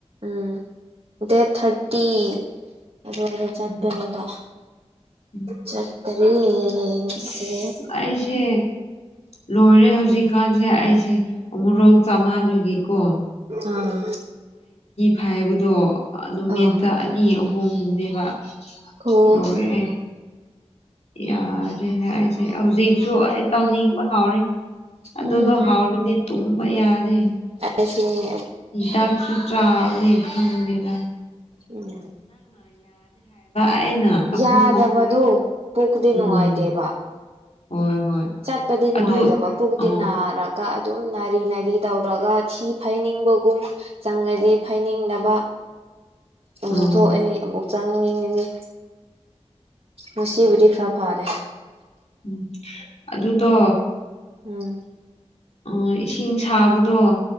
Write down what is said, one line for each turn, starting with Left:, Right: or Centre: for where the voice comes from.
Right: ꯎꯝ ꯗꯦꯠ ꯊꯥꯔꯇꯤ ꯑꯗꯨꯋꯥꯏꯗ ꯆꯠꯄꯅꯦꯕ
Left: ꯎꯝ ꯎꯝ
Right: ꯆꯀꯔꯤꯁ
Left: ꯑꯁ ꯑꯩꯁꯦ ꯂꯣꯏꯔꯦ ꯍꯧꯖꯤꯛꯀꯥꯟꯁꯦ ꯑꯩꯁꯦ ꯑꯃꯨꯔꯣꯛ ꯆꯥꯃꯥꯥꯟꯕꯒꯤꯀꯣ
Right: ꯑꯥ
Left: ꯍꯥꯏꯥꯏꯕꯗꯣ ꯅꯨꯃꯤꯠꯇ
Right: ꯑꯥ
Left: ꯑꯅꯤ ꯑꯍꯨꯝꯅꯦꯕ
Right: ꯑꯣ
Left: ꯂꯣꯏꯔꯦ ꯌꯥꯔꯦ ꯑꯩꯁꯦ ꯍꯧꯖꯤꯛꯁꯨ ꯑꯩ ꯇꯧꯅꯤꯡꯕ ꯍꯥꯎꯔꯦ ꯑꯗꯨꯗ
Right: ꯎꯝ
Left: ꯑꯗꯨꯣ ꯍꯥꯎꯔꯤꯗꯤ ꯇꯨꯝꯕ ꯌꯥꯔꯦ
Right: ꯑꯁꯤꯅꯤ
Left: ꯏ ꯗꯥꯛꯁꯨ ꯆꯞꯔꯦ ꯈꯥꯟꯕꯔꯥ
Right: ꯎꯝ
Left: ꯑꯩꯅ ꯑꯍꯨꯝ
Right: <inaudible> ꯌꯥꯗꯕꯗꯨꯣ
Left: ꯑꯍꯨꯝ
Right: ꯄꯨꯈꯗꯤ
Left: ꯎꯝ
Right: ꯅꯨꯡꯉꯥꯏꯇꯦꯕ
Left: ꯍꯣꯏ ꯍꯣꯏ
Right: ꯆꯠꯄꯗꯤ ꯅꯅꯨꯡꯥꯏꯇꯕ
Left: ꯑꯗꯨ
Right: ꯄꯨꯒ
Left: ꯑ
Right: ꯇ ꯅ ꯑꯔꯒ ꯑꯗꯨꯝ ꯅꯥꯔꯤ ꯅꯥꯔꯤ ꯇꯧꯔꯒ ꯊꯤ ꯐꯩꯅꯤꯡꯕꯒꯨꯝ ꯆꯪꯉꯗꯤ ꯐꯩꯅꯤꯡꯗꯅꯕ
Left: <unintelligible>
Right: ꯑꯃꯨꯛ
Left: ꯎꯝ
Right: ꯊꯣꯛꯑꯅꯤ ꯑꯃꯨꯛ ꯆꯪ ꯌꯦꯡꯉꯅꯤ ꯉꯁꯤꯕꯨꯗꯤ ꯈꯔ ꯐꯔꯦ
Left: ꯎꯝ ꯑꯗꯨꯇꯣ
Right: ꯎꯝ
Left: ꯑꯣ ꯏꯁꯤꯡ ꯁꯥꯕꯗꯣ